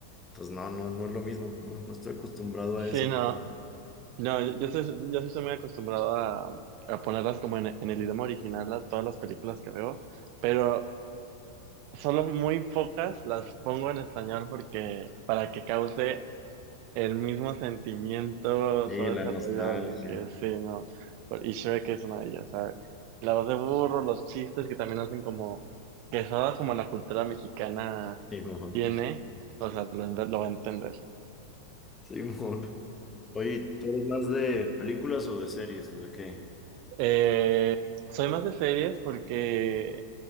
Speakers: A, on the left; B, on the right.
A: pues no, no, no es lo mismo, no, no estoy acostumbrado
B: sí,
A: a eso.
B: no, no, yo, yo soy, yo sí soy muy acostumbrado a, a ponerlas como en, en el idioma original a todas las películas que veo, pero solo muy pocas las pongo en español porque para que cause el mismo sentimiento,
A: Sí,
B: todo
A: la
B: ese
A: nostalgia,
B: rollo de que sí, no. Por- Y Shrek es una de ellas, ¿sabes? La voz de burro, los chistes que también hacen como, que solo como la cultura mexicana
A: Simón.
B: tiene, o sea, lo, ent- lo va a entender.
A: Simón. Oye, ¿tú eres más de películas o de series o de qué?
B: Eh, soy más de series porque